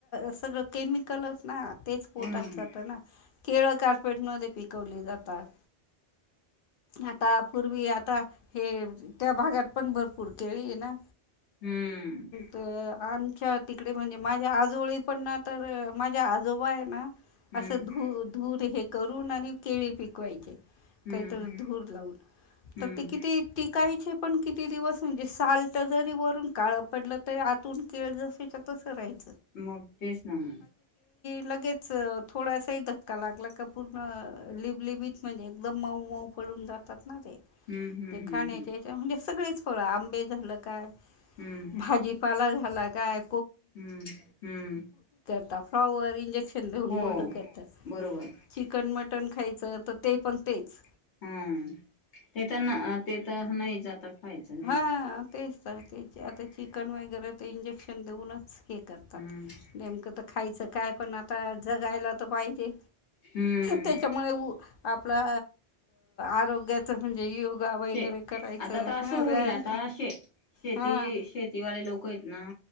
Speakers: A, on the left; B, on the left.
A: सगळ कलस ना तेच पोटात
B: हो ना हो
A: जात ना केरळ कार्पेट मध्ये पिकवली जातात आता पूर्वी आता हे. त्या भागात पण भरपूर केळी आहे ना
B: हम्म
A: तर- आमच्या तिकडे म्हणजे माझ्या आजोळी पण ना तर माझ्या आजोबा आहे ना.. असं
B: हम्म
A: धू धूर हे करून आणि केळी पिकवायचे
B: हम्म
A: काहीत धूर लावून
B: हम्म
A: तर ते किती टीकाय पण किती दिवस म्हणजे साल्ट जरी वरून काळ पडलं तरी आतून केळ जसे तस राहा
B: मगग तेस मग
A: लगेच थोडासाही धक्का लागला का पूर्ण लिबलिबीत म्हणजे एकदम मऊ पडून जातात ना ते
B: हम्म हम्म हम्म
A: खाण्या म्हणजे सगळेच फळ आंबे झालं काय
B: हम्म
A: भाजीपाला झाला काय
B: हम्म हम्म
A: फ्लाओवर इंजेक्शन देऊन
B: हो
A: मोकेत
B: बरोबर
A: चिकन मट मटण खायचं तर ते पण तेच
B: हम्म ते तर ते तर नाही जात खायचंच
A: हा तेच तर ते आता चिकन वगैरे ते इंजेक्शन देऊनच हे करतात
B: हम्म
A: नेमकं तर खायचं काय पण आता जगायला तर पाहिजे
B: हम्म
A: त्याच्यामुळे आपला आरोग्याच म्हणजे योग ा वगैरे
B: शे
A: करायचं
B: आता तर असं
A: हां व्यायाम
B: होईल आता शे शेती
A: हां
B: शेतीवाले लोक आहेत ना-